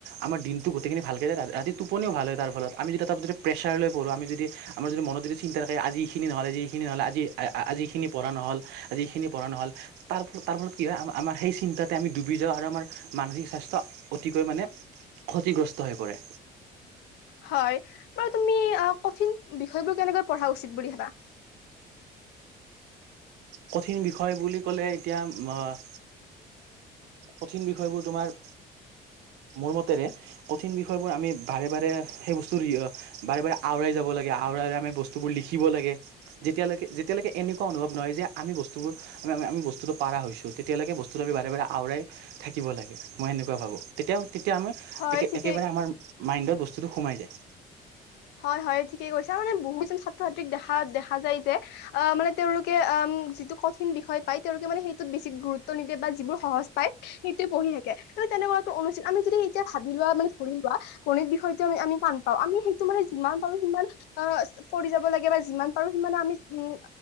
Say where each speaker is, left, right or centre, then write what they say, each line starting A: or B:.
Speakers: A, on the right; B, on the left.
A: আমাৰ দিনটো গোটেইখিনি ভালকৈ যায়। তাৰপিছত ৰাতি টোপনিও ভাল হয়। তাৰ ফলত আমি যদি তাতো প্ৰেছাৰলৈ পঢ়োঁ। আমি যদি আমাৰ যদি মনত যদি চিন্তা আজি এইখিনি নহ'লে, যিখিনি নহ'লে আজি আ আজি এইখিনি পঢ়া নহ'ল, আজি এইখিনি পঢ়া নহ'ল। তাৰ তাৰ ফলত কি হয় আমাৰ সেই চিন্তা আমি ডুবি যাওঁ আৰু আমাৰ মানসিক স্বাস্থ্য অতিকৈ মানে ক্ষতিগ্ৰস্ত হৈ পৰে।
B: হয়, বাৰু তুমি কঠিন বিষয়বোৰ কেনেকৈ পঢ়া উচিত বুলি ভাবা?
A: কঠিন বিষয় বুলি ক'লে এতিয়া অ' কঠিন বিষয়বোৰ তোমাৰ মোৰ মতেৰে কঠিন বিষয়বোৰ আমি বাৰে বাৰে সেই বস্তুৰ বাৰে বাৰে আওৰাই যাব লাগে আওৰাইৰে আমি বস্তু বস্তুবোৰ লিখিব লাগে যেতিয়ালৈকে যেতিয়ালৈকে এনেকুৱা অনুভৱ নহয় যে আমি বস্তুবোৰ আমি আমি বস্তুটো পাৰা হৈছো তেতিয়ালৈকে বস্তুটো আমি বাৰে বাৰে আওৰাই থাকিব লাগে মই সেনেকুৱা ভাবো তেতিয়া তেতিয়া আমি
B: হয়
A: একে
B: ঠিকেই
A: একেবাৰে আমাৰ মাইণ্ডত বস্তুটো সোমাই যায়।
B: হয়, হয়, ঠিকে কৈছো আৰু মানে বহুকেইজন ছাত্ৰ ছাত্ৰীক দেখা দেখা যায় যে আহ মানে তেওঁলোকে যিটো কঠিন বিষয় পায় তেওঁলোকে মানে সেইটোত বেছি গুৰুত্ব নিদিয়ে বা যিবোৰ সহজ পায়। সেইটোৱে পঢ়ি থাকে তেনেকুৱাতটো অনুচিত, আমি যদি এতিয়া ভাবি লোৱা মানে ধৰি লোৱা। গণিত বিষয়টো আমি টান পাওঁ আমি যিমান পাৰো সিমান কৰি যাব লাগে বা যিমান পাৰো সিমান আমি উ